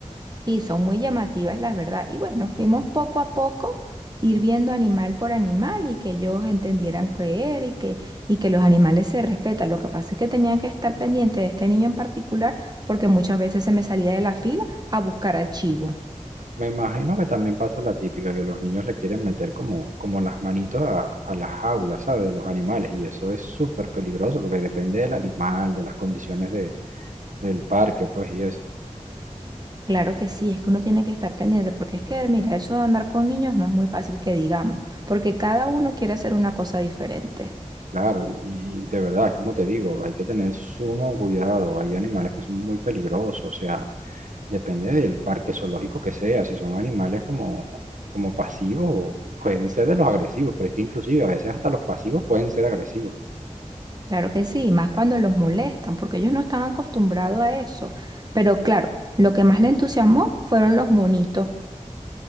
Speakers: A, on the right; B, on the right.
A: Sí, son muy llamativas, la verdad. Y bueno, fuimos poco a poco ir viendo animal por animal y que ellos entendieran qué era y que, y que los animales se respetan. Lo que pasa es que tenía que estar pendiente de este niño en particular porque muchas veces se me salía de la fila a buscar al chivo.
B: Me imagino que también pasa la típica, que los niños le quieren meter como, como las manitos a, a las jaulas, ¿sabes? De los animales, y eso es súper peligroso, porque depende del animal, de las condiciones de, del parque, pues, y eso.
A: Claro que sí, es que uno tiene que estar pendiente porque es que, mira, eso de andar con niños no es muy fácil que digamos, porque cada uno quiere hacer una cosa diferente.
B: Claro, y, y de verdad, es como te digo, hay que tener sumo cuidado. Hay animales que son muy peligrosos, o sea, depende del parque zoológico que sea, si son animales como, como pasivos, pueden ser de los agresivos, pero es que inclusive a veces hasta los pasivos pueden ser agresivos.
A: Claro que sí, y más cuando los molestan, porque ellos no están acostumbrados a eso. Pero claro, lo que más le entusiasmó fueron los monitos,